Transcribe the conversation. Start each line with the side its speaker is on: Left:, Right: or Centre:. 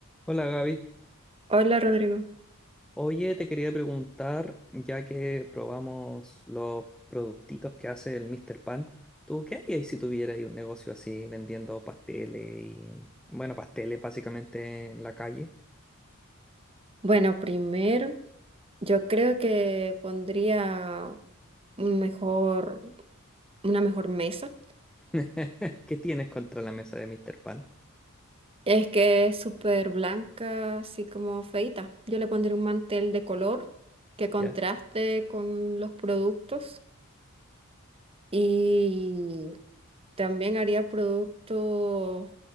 Centre: Hola Gaby.
Right: Hola Rodrigo.
Centre: Oye, te quería preguntar, ya que probamos los productitos que hace el Mr. Pan, ¿tú qué harías si tuvieras ahí un negocio así vendiendo pasteles y, bueno, pasteles básicamente en la calle?
Right: Bueno, primero, yo creo que pondría un mejor, una mejor mesa.
Centre: <laughs> ¿Qué tienes contra la mesa de Mr. Pan?
Right: Es que es súper blanca, así como feita. Yo le pondría un mantel de color que contraste
Centre: ¿Ya?
Right: con los productos y también haría productos,